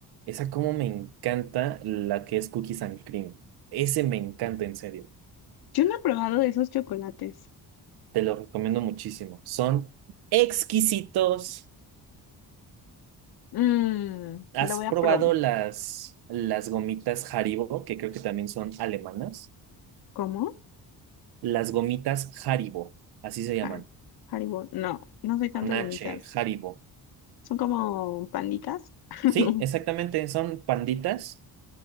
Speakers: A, on the right (about 75°); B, on the left (about 70°).
A: Esa como me encanta la que es Cookies and Cream. Ese me encanta, en serio.
B: Yo no he probado esos chocolates.
A: Te lo recomiendo muchísimo. Son exquisitos.
B: Mmm,
A: ¿Has
B: lo voy a
A: probado
B: probar.
A: las, las gomitas Haribo, que creo que también son alemanas?
B: ¿Cómo?
A: Las gomitas Haribo, así se llaman.
B: Har- Haribo. No, no soy tanto
A: Con
B: de
A: H,
B: gomitas.
A: Haribo.
B: Son como panditas. <laughs>
A: Sí, exactamente. Son panditas.